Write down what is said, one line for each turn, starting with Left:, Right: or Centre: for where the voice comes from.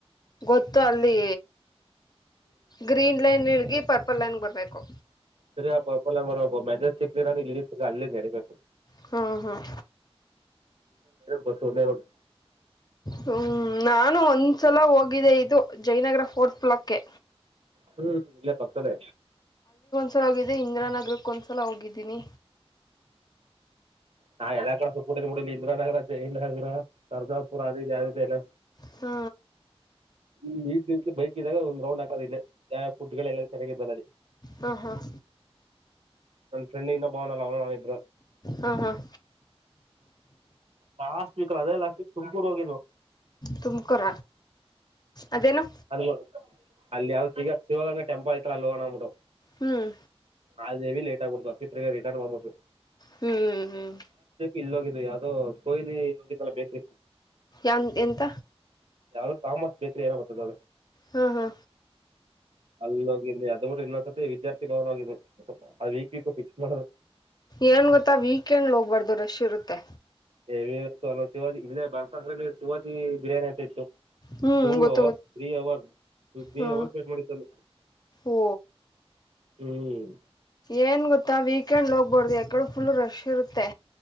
Left: ಗೊತ್ತು ಅಲ್ಲಿ ಗ್ರೀನ್ ಲೈನ್ ಹಿಡ್ಗಿ ಪರ್ಪಲ್ ಲೈನ್ ಬರ್ಬೇಕು
Right: ಸರಿ ಪಪ್ಪಲ್ಲ ಮೆಜೆಸ್ಿಕ್ ಇ ಅಲ್ಲಿ ನಡೀಬೇಕು
Left: ಹ್ಮಞ ಹಾಂ
Right: ಒ ಸೂರೋಡ್
Left: ಹ್ಮ್ ನಾನು ಒಂದ್ಸಲ ಹೋಗಿದ್ದೆ ಇದು ಜಯನಗರ ಫೋರ್ತ್ ಬ್ಲಾಕ್ಗೆ
Right: ಹ್ಮ್ ಇಲ್ಲ ಪತಲ್ಲ
Left: ಸಲ ಹೋಗಿದ್ದ ಇಂದಿ್ರ ನಗರಕ್ಕ ಒಂದ್ಸಲ ಹೋಗಿದ್ದೀನಿ
Right: ನಾ ಎಲ್ಲ ಕಡೆ ಸ ಕಡ ಬಿಡಿಲ್ಲಿ ಇಂದ್ರಾನಗರ ಚ ಇಂದ್ರನಗರ ಸರ್ಜಾಪುರ ಅ ಯಾವ ಎಲ್ಲ
Left: ಹ್ಮ
Right: ಈ ಈ ಬೈಕ್ ಇದಾಗ ಒ ೊಂಡಕದಿಲ್ಲ ುಡ್ಗಳ ಎಲ್ಲ ಚೆರಗೆಿತ್ತಲ್ಲಿ
Left: ಹಾಂ ಹಾಂ
Right: ನನ್ ಫೆಂಡ್ ಅವಿದರು
Left: ಹಾಂ ಹಾಂ
Right: ನಾಸ್ಟ್ ಬಿಕಲಲ್ಲ ಅದೆಲ್ಲಾ ತು ಕ ಹೋಗಿದ್ರು
Left: ತುಮಕೊರ ಅದೇನು
Right: ಅದು ಅಲ್ಲಿ ಯ್ದ ಸಿಗ ಶಿವಗ ೆಂಪಲ್ಐತ ಅಲ್ ಹೋಣ್ ಬಿಿು
Left: ಹ್ಮ್
Right: ಹದವಿ ಲೇ ಅ ಚಿತ್ ರಿಟರ್ನ್ ಮಾಡಬೋುದು
Left: ಹ್ಮ್ ಹ್ಮ್
Right: ಇಲ್ಲೋಗಿದಿದ್ದು ಯಾವವುದೋ ಕೊಹ್ಲಿ ಹೋಗಿದ್ದಲ್ಲ ಬೇಕ್ರ
Left: ಎನ್ ಎಂತ
Right: ಯಾವ್ದೋ ತಾಮಸ್ ಬೇಕ್ರಿಏಾರೋ ಮತ್ತ ನೋ
Left: ಹಾ ಹಾ
Right: ಅಲ್ಲಗೆಲ್ಲಿ ಅ ಬಿಟ್ಟ ಇನ್ನೊಂದ್ರ್ತಿ ವಿದ್ಯಾರ್ಥಿ ಭವನ ಆ್ <unintelligible> ವೀಕ್ ಫಿಕ್ಸ್ ಮಾಡದು
Left: ಏನ್ ಗೊತ್ತಾ ವೀಕೆಂಡ್ ಹೋಗ್ಬಾರ್ದು ರಶ್ ಇರುತ್ತೆ
Right: <unintelligible> ಇಲ್ಲೇ ಬರ್ಸಾಕ್ರ <unintelligible> ಬಿರಿಯಾನಿ ಅಂತ ಇತ್ತು
Left: ಹ್ಮ್
Right: ಟೂ
Left: ಗೊತ್ತು
Right: ಅವರ್ಸ್
Left: ಗೊತ್ತು
Right: ತ್ರೀ ಅವರ್ ತ್ರಿ
Left: ಹ್ಮ್
Right: ಅವರ್ಸ್ ವೇಟ್ ಮಾಡಿದ್ದ ಅಲ್ಲಿ
Left: ಓ
Right: ಹ್ಮ್
Left: ಏನ್ ಗೊತ್ತಾ ವೀಕೆಂಡ್ ಹೋಗ್ಬಾರ್ದು ಯಾಕೆಳು ಫುಲ್ ರಶ್ ಇರುತ್ತೆ